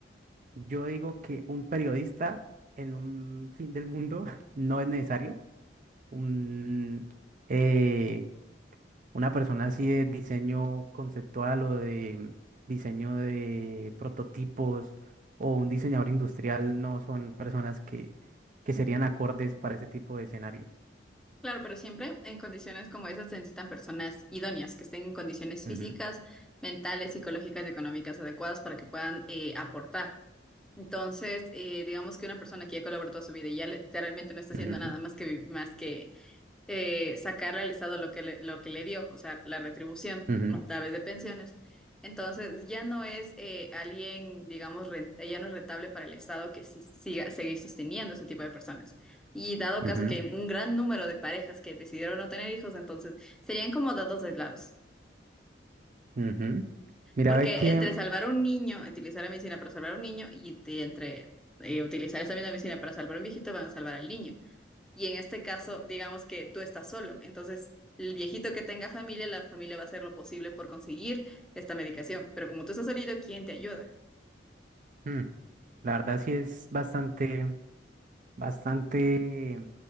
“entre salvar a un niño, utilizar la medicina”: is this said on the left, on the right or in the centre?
Centre